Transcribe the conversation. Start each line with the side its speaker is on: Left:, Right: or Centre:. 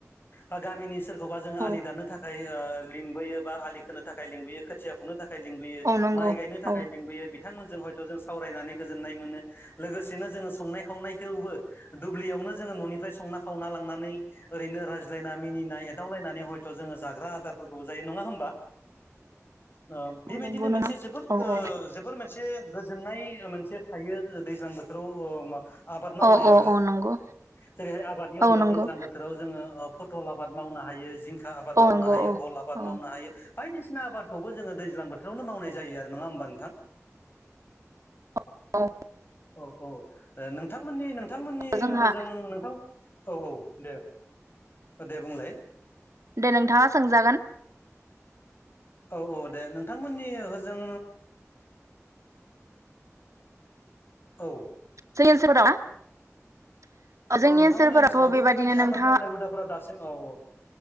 Left: आ गामिनि सोर खौबा जोङो
Right: औ
Left: आलि दानानो थाखाय ओ लिंबोयो बा आलि खोनो थाखाय लिंबोयो खोथिया फुंनो था खार लिंबोयो
Right: औ नंगौ
Left: माइ गायनो थाखाय
Right: औ
Left: लिंबोयो बिथांमोनजों हयथ' जों सावरायनानै गोजोननाय मोनो लोगोसेनो जोङो संनाय खावनायखौबो दुब्लियाव जोङो ननिफ्राय संना खावना लांनानै ओरैनो रायज्लाइना मिनिनाय एदावलायनानै हयथ' जोङो जाग्रा आदारफोरखौबो जायो नङा होमबा? ओ बेबायदिनो
Right: औ नंगौ
Left: मोनसे
Right: नोंथां
Left: जोबोर
Right: औ
Left: ओ
Right: औ
Left: जोबोर मोनसे गोजोननाय मोनसे थायो दैज्लां बोथोराव ओ आबाद मावनायाबो
Right: औ औ औ नंगौ
Left: जेरैहाय आबादनि अनगा
Right: औ नंगौ
Left: दैज्लां बोथोराव जोङो ओ फथल आबाद मावनो हायो जिंखा आबाद
Right: औ
Left: मावनो
Right: नंगौ
Left: हायो
Right: औ
Left: भल आबाद
Right: औ
Left: मावनो हायो बायदिसिना आबाद खौबो जोङो दैज्लां बोथोरावनो मावनाय जायो आरो नङा होमबा नोंथां?
Right: औ
Left: औ औ नोंथांमोननि नोंथांमोननि
Right: जोंहा
Left: जों नोंथां औ औ दे औ दे बुंलाय।
Right: दे नोंथाङा सोंजागोन
Left: औ औ दे नोंथांमोननि होजों औ
Right: <inaudible> जोंनि
Left: औ नोंथांमोननि
Right: ओनसोलफोरावथ'
Left: ओनसोलावबो
Right: बेबायदिनो
Left: बेबायदि आबाद
Right: नोंथाङा
Left: मावनाय हुदाफोरा दासिम औ औ।